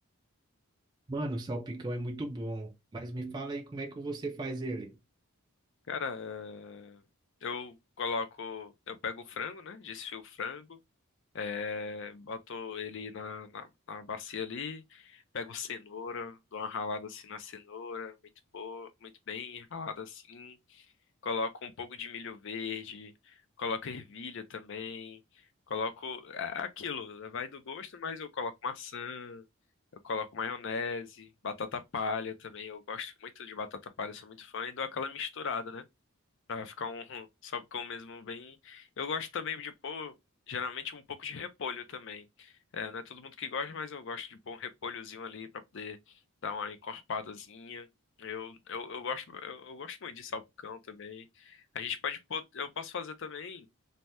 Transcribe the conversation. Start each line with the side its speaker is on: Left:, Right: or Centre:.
Right: Mano, o salpicão é muito bom, mas me fala aí como é que você faz ele.
Left: Cara, é, eu coloco, eu pego o frango, né? Desfio o frango. É, boto ele na, na, na bacia ali, pego cenoura, dou uma ralada assim na cenoura, muito boa, muito bem ralada assim. Coloco um pouco de milho verde, coloco ervilha também, coloco é aquilo, vai do gosto, mas eu coloco maçã, eu coloco maionese, batata palha também. Eu gosto muito de batata palha, sou muito fã e dou aquela misturada, né? Pra ficar um <laughs> salpicão mesmo bem. Eu gosto também de pôr, geralmente, um pouco de repolho também. É, não é todo mundo que gosta, mas eu gosto de pôr um repolhozinho ali pra poder dar uma encorpadazinha. Eu, eu, eu gosto, eu, eu gosto muito de salpicão também. A gente pode pôr, eu posso fazer também.